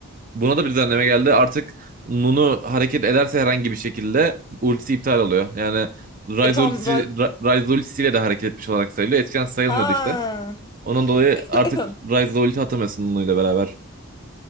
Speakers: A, on the right (about 35°); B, on the left (about 15°).
A: Buna da bir düzenleme geldi. Artık Nunu hareket ederse herhangi bir şekilde ultisi iptal oluyor. Yani Ryze
B: E tam
A: ultisi, Ra- Ryze ultisiyle de hareket etmiş olarak sayılıyor. Eskiden sayılmıyordu
B: Ha.
A: işte. Ondan dolayı
B: <clears throat>
A: artık Ryze'da ulti atamıyorsun Nunu'yla beraber.